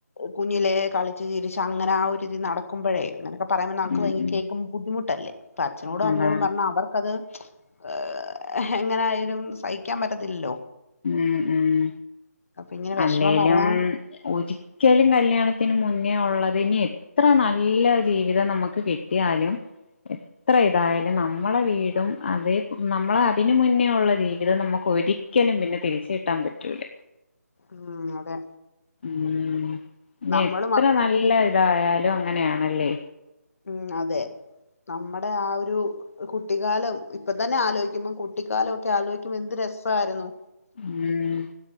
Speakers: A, on the left; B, on the left.
A: കുഞ്ഞിലേ കളിച്ച് ചിരിച്ച് അങ്ങനെ ആ ഒര്തി നടക്കുമ്പഴേ അങ്ങനെക്കെ പറയാൻവെന്നാ ആൾക്ക്
B: ഉം
A: വയ്
B: ഉം
A: കെ ബുദ്ധിമുട്ടല്ല അപ്പ അച്ഛനോടും അമ്മയോടും
B: അതാണ്
A: പറഞ്ഞ അവർക്കത് ഏ എങ്ങനൊയാലും സഹിക്കാൻ പറ്റത്തില്ലല്ലോ
B: ഉം ഉം
A: അപ്പൊ ഇങ്ങനെ വിഷമം
B: അല്ലേലും
A: പറയാൻ
B: ഒരിക്കലും കല്യാണത്തിന് മുൻ ന്നെള്ളത് ഇനി എത്ര നല്ല ജീവിതം നമുക്ക് കിട്ടിയാലും എത്ര ഇതായാലും നമ്മളെ വീടും അതേ നമ്മള അതിന് മുന്നേഉള്ള ജീവിതം നമുക്ക് ഒരി രിക്കലും പിന്നെ തിരിച് കിട്ടാൻ പറ്റൂല
A: ഉം അതെ
B: ഉം ഇനി
A: നമ്മള്
B: എത്ര
A: മക്ക
B: നല്ല ഇതായാലും ദും അങ്ങനെയാണല്ലേ
A: ഉം അതെ നമ്മുടെ ആ ഒരു കുട്ടിക്കാലം ഇപ്പ തന്നെ ആലോചിക്കുമ്പം കുട്ടിക്കാലംഒ ക്കെ ആലോയിക്കുമ്പോ എന്ത് രസായിരുന്നു
B: ഉം.....